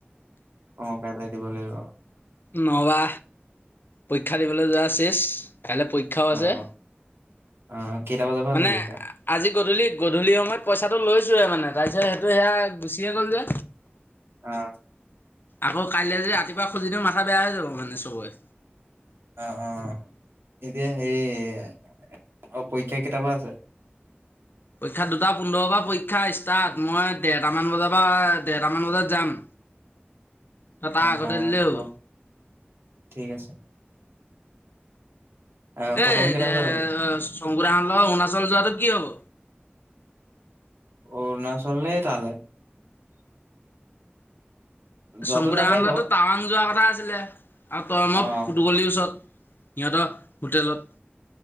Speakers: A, on the right; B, on the left.
A: অ কাইলে দিব লাগিব।
B: নহবা পৰীক্ষা দিবলৈ যোৱা চেছ। কাইলৈ পৰীক্ষাও
A: অ
B: আছে।
A: অ। কেইটা বজাৰ পৰা
B: মানে
A: আছে পৰীক্ষা?
B: আজি গধূলি, গধূলি সময়ত পইচাটো লৈছোঁৱে মানে। তাৰপিছত সেইটো সেয়া গুচিয়ে গ'ল যে।
A: অ।
B: আকৌ কাইলৈ যদি ৰাতিপুৱা খুজি দিওঁ মাথা বেয়া হৈ যাব মানে চবৰে।
A: অ, অ। এতিয়া হেৰি পৰীক্ষা কেইটা পা আছে?
B: পৰীক্ষাত দুটা পোন্ধৰৰ পৰা পৰীক্ষা ষ্টাৰ্ট, মই দেৰটামান বজাৰ পৰা ডেৰটামান বজাত যাম। ত তাৰ
A: অ
B: আগতে
A: অ
B: দিলেই
A: হ'ব
B: হ'ল।
A: ঠিক আছে। অ', খতম
B: এ এ
A: কেইটা বজাত হ'ব?
B: <inaudible> সংগো দা হঁতৰলগত অৰুণাচল যোৱাটো কি হব?
A: অৰুণাচল লে তালে। যোৱাটো
B: চংকুদা
A: যামেই
B: হঁতৰ লগতটো
A: বাৰু।
B: টাৱানং যোৱা কথা আছিলে। আৰু তই
A: অ',
B: মই ফুটুকলিৰ ওচৰত। সিহঁতৰ হোটেলত